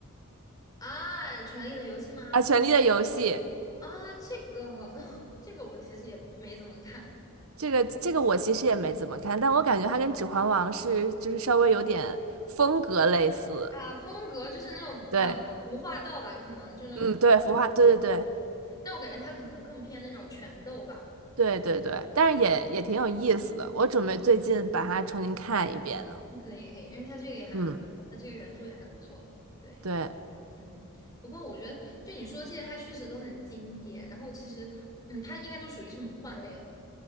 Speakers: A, on the left; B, on the right.
A: 啊，《权力的游戏》吗？
B: 啊，《权力的游戏》
A: 啊，这个 <laughs> 这个我其实也没怎么看
B: 这个这个我其实也没怎么看，但我感觉它跟《指环王》是就是稍微有点风格类似。
A: 啊，风格就是那种啊，
B: 对。
A: 无话道吧，可能就那种什么，
B: 嗯，对，孵化，对对
A: 但我感觉他可能更偏那种拳斗吧。
B: 对对对对，但是也也挺有意思的。我准备最近把它重新看一遍呢。
A: 嗯可以可以，因为他这个也还蛮，
B: 嗯，
A: 他这个原著也还不错，对。
B: 对
A: 嗯，不过我觉得对你说这些，它确实都很经典。然后其实，嗯，它应该都属于是魔幻类的。